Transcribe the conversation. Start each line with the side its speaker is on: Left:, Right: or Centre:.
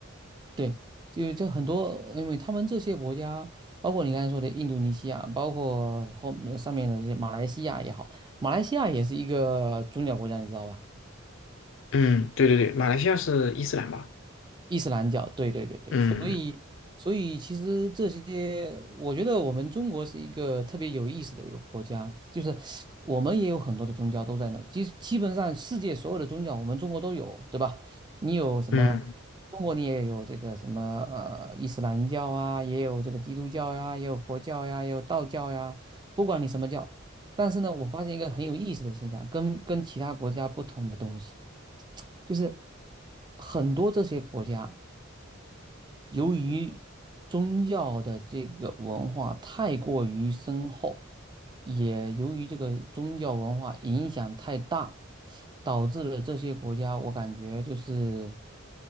Right: 对，就这很多，因为他们这些国家，包括你刚才说的印度尼西亚，包括后呃上面的这些马来西亚也好，马来西亚也是一个宗教国家，你知道吧？
Left: 嗯，对对对，马来西亚是伊斯兰吧？
Right: 伊斯兰教，对对对对，
Left: 嗯
Right: 所以其实这些，我觉得我们中国是一个特别有意思的一个国家，就是我们也有很多的宗教都在那儿基基本上世界所有的宗教我们中国都有，对吧？你有什么？
Left: 嗯
Right: 中国你也有这个什么呃伊斯兰教啊，也有这个基督教呀，也有佛教呀，也有道教呀，不管你什么教。但是呢，我发现一个很有意思的现象，跟跟其他国家不同的东西，就是很多这些国家。由于宗教的这个文化太过于深厚，也由于这个宗教文化影响太大，导致了这些国家，我感觉就是